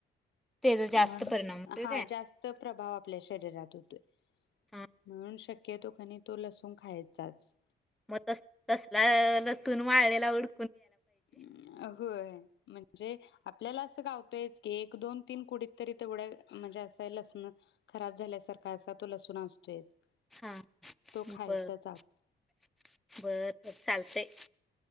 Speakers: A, in the centre; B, on the left.
A: त्याचा जास्त
B: म्हणू
A: परिणाम होतोय
B: हा
A: काय.
B: जास्त प्रभाव आपल्याशी चररा तोतोय
A: हां.
B: म्हणून शक्यतो कनी तो लसूण खायचाच.
A: मग तस-तसला लसूून वाळळेला हूड
B: अम ग होय म्हणजे आपल्याला असं गावतोयच की एक, दोन, तीन कुडीत तरी तेवढ्या म्हणजे असं लसणं खराब झाल्यासारखा असा तो लसूण असतोयच.
A: हा
B: तो खायचाच
A: बर-बर-बर
B: आप
A: चालतंय <inaudible>